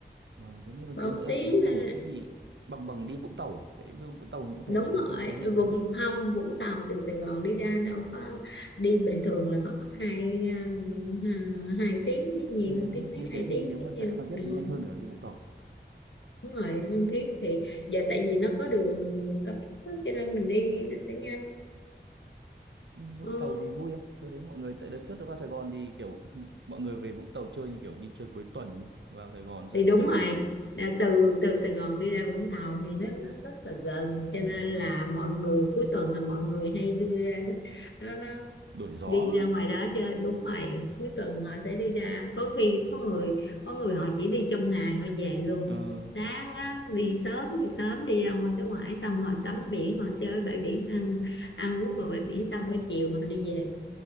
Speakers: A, on the right; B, on the left.
A: mà thế nhưng mà
B: ba
A: tiếng
B: bốn
A: à,
B: tiếng
A: tiếng đi nhanh
B: à.
A: nhỉ? Thế thì bằng bằng đi Vũng Tàu à? Thế Vũng Vũng Tàu cũng phải
B: đúng
A: lăn
B: rồi
A: canh tiếng hai tiếng.
B: Vũng không Vũng Tàu từ Sài Gòn đi ra đâu có đi bình thường là có hai ờ, hai tiếng chứ nhiều
A: Thì đấy đúng
B: tiếng
A: không?
B: mấy
A: Nếu thế
B: hai
A: thì
B: tiếng
A: nếu
B: chứ
A: mà
B: nhiều
A: chạy Phan Thiết
B: ừ.
A: thì nhanh hơn cả đi Vũng Tàu.
B: đúng rồi Phan Thiết thì giờ tại vì nó có đường cao tốc á, cho nên mình đi nó sẽ nhanh
A: Nhưng Vũng
B: ừ,
A: Tàu thì vui không? Tôi đến mọi người tại đợt trước tôi vào Sài Gòn thì kiểu mọi người về Vũng Tàu chơi như kiểu đi chơi cuối tuần đi. Vào Sài Gòn xem
B: thì đúng
A: mọi người
B: rồi
A: rủ
B: Đã từ từ Sài Gòn đi ra Vũng Tàu thì nó, nó rất là gần cho
A: ờ,
B: nên là mọi người cuối tuần là mọi người hay đưa ra nó nó, nó
A: đổi gió.
B: đi ra ngoài đó chứ đúng rồi cuối tuần họ sẽ đi ra có khi có người có người họ chỉ đi trong ngày họ về luôn
A: Ờ,
B: sáng á, đi sớm thì sớm đi ra ngoài cái ngoại xong họ tắm biển họ chơi bãi biển ăn ăn uống đồ bãi biển xong cái chiều họ đi về